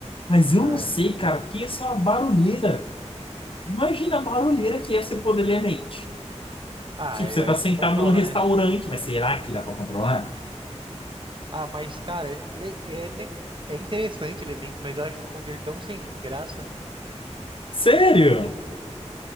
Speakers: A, on the left; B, on the right.
A: Mas eu
B: É.
A: não sei, cara, porque ia ser uma barulheira. Imagina a barulheira que é você poder ler mente.
B: Ah,
A: Tipo,
B: e
A: você
B: aí
A: tá sentado
B: você controla,
A: num restaurante,
B: né?
A: mas será que dá pra controlar?
B: Ah, mas, cara, é, le- é, le- é interessante o elemento, mas eu acho um poder tão sem graça.
A: Sério?